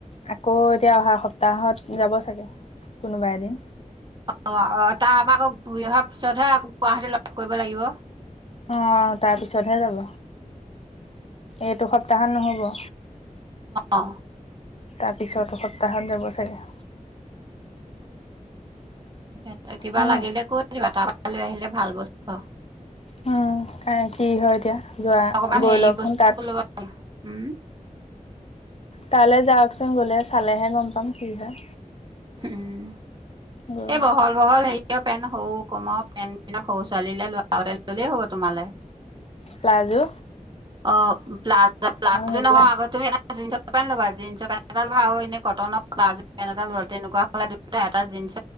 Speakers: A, on the left; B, on the right.
A: আকৌ এতিয়া অহা সপ্তাহত যাব চাগে কোনোবা এদিন
B: অ' অ' তাৰপৰা আকৌ ঘূৰি অহাৰ পিছতহে আকৌ গুৱাহাটী লগ কৰিব লাগিব
A: অঁ তাৰপিছতহে যাব এইটো সপ্তাহত নহ'ব
B: অ
A: তাৰপিছতো সপ্তাহত যাব চাগে
B: িকছে কিবা
A: উম,
B: লাগিলে কৈ দিবা তাৰপ লৈ আহিলে ভাল বস্তু
A: উম কা কি হয় এতিয়া যোৱা
B: অকমান
A: গৈ
B: হেৰি
A: লওকচোন
B: বস্তু
A: তাত
B: লব ল উম
A: তালৈ যাওকচোন গলে চালেহে গম পাম কি হয়
B: উম
A: গৈ
B: এই বহল বহল হে পেণ্ট সৰু কমৰ পেণ্টবিলাক সৰু ছোৱালীলৈ লোৱাগতে ল'লেই হ'ব তোমালৈ
A: প্লাজু
B: অ' প্লাজো প্লাজো
A: সেইবিলাক
B: হোৱা আগ তুমি এটা জিনস পেন ল'বা জিনস পেন এডাল বাউ এনেই কটনৰ প্লাজু পেন এটা লোৱা তেনেকুৱা হলে দুটা এটা জিনস